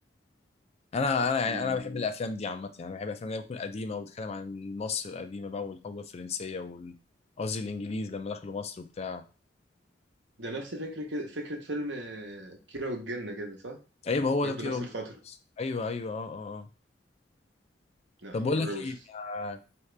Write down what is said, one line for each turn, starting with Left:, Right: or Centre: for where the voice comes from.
Left: انا انا
Right: مم.
Left: يعني انا بحب الافلام دي عامه يعني بحب الافلام اللي هي بتكون قديمه وبتتكلم عن مصر القديمه بقى والحقبه الفرنسيه وال قصدي الانجليز لما دخلوا مصر وبتاع
Right: ده نفس فكره كده فكره فيلم آه، كيرة والجن كده صح
Left: ايوه ما هو
Right: برضه
Left: ده كده
Right: نفس الفتره
Left: ايوه ايوه اه اه آه.
Right: لا
Left: طب
Right: حوار
Left: بقول لك
Right: روش
Left: ايه آه،